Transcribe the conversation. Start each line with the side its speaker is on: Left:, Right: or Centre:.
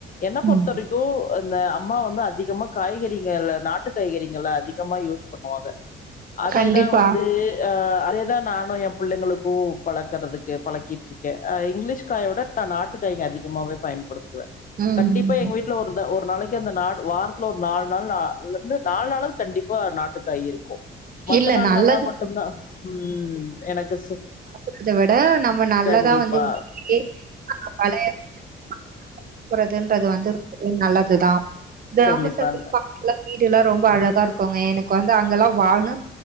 Left: என்ன பொறுத்த
Right: ம்
Left: வரைக்கு கு இந்த அம்மா வந்து அதிகமா காய்கறிகள நாட்டு காய்கறிகள அதிகமா யூஸ் பண் ணுவாங்க அதேதா
Right: கண்டிப்பா
Left: வந்து அ அதேதா நானு என் பிள்ளைங்களுக்கு பழக்கறதுக்கு பழக்கிட்டு இருக்கே அ இங்கிலீஷ் காயோட நான் நாட்டுக்காய்ங்க அதிகமாவே பயன்படுத்துவே
Right: ம்
Left: கண்டிப்பா எங்க வீ ட்ல ஒரு ஒரு நாளைக்கு அந்த நா வாரத்துல ஒரு நாலு நாள் நாலு நாளாது கண்டிப்பா நாட்டுக்காய் இருக்கு மத்த
Right: இல்ல
Left: நாள்
Right: நல்லது
Left: நல்லா மட்டுந்தா ம் எனக்கு
Right: அத விட நம்ம நல்லதா
Left: கண்டிப்பா
Right: வந்து வீட்லயே பழைய <inaudible> றதுன்றது வந்து ரொம்பவே நல்லதுதா கிராம
Left: கண்டிப்பாங்க
Right: <unintelligible> ல்லா வீடு எல்லா ரொம்ப அழகா இருக்குங்க எனக்கு வந்து அங்கெல்லா வாழணு